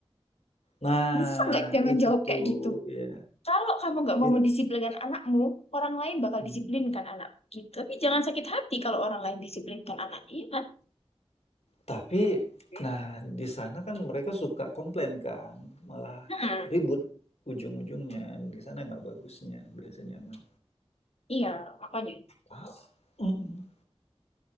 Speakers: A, on the left; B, on the left.
A: Nah,
B: bisa nggak jangan
A: itu
B: jawab
A: tuh,
B: kayak gitu.
A: ya
B: Kalau kamu nggak
A: it
B: mau mendisiplinkan anakmu, orang lain bakal
A: mhm,
B: disiplinkan anak gitu. Tapi jangan sakit hati kalau orang lain disiplinkan anaknya, ya kan?
A: tapi
B: Hmm.
A: nah di sana kan mereka suka komplain kan, malah
B: Hmm,
A: ribut ujung-ujungnya, di sana nggak bagusnya biasanya mah.
B: iya, makanya.
A: Ah, mhm,